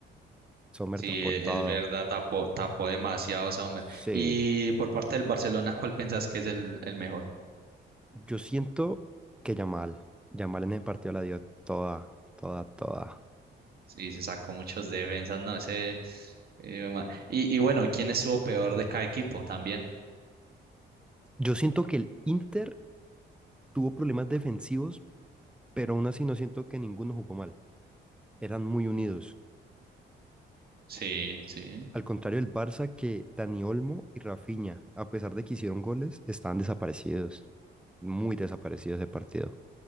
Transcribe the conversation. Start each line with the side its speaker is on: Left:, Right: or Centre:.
Centre: Sommer
Right: Sí,
Centre: tapó
Right: e-
Centre: todo.
Right: es verdad, tapó, tapó demasiado ese hombre.
Centre: Sí.
Right: Y por parte del Barcelona, ¿cuál pensás que es el, el mejor?
Centre: Yo siento que Yamal, Yamal en el partido la dio toda, toda, toda.
Right: Sí, se sacó muchas defensas, no, ese. hijo ma- Y, y bueno, ¿quién estuvo peor de cada equipo también?
Centre: Yo siento que el Inter tuvo problemas defensivos, pero aún así no siento que ninguno jugó mal. Eran muy unidos.
Right: Sí, sí.
Centre: Al contrario del Barça, que Dani Olmo y Rafinha, a pesar de que hicieron goles, estaban desaparecidos. Muy desaparecidos de partido.